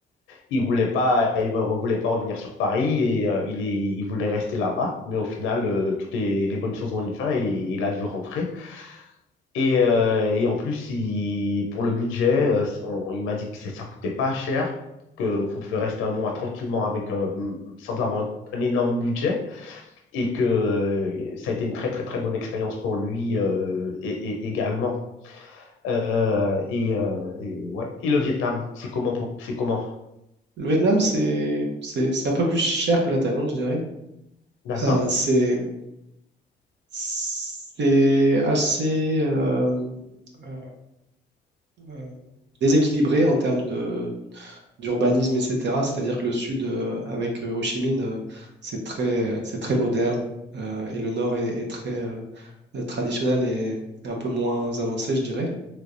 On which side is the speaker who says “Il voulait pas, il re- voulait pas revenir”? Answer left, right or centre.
Left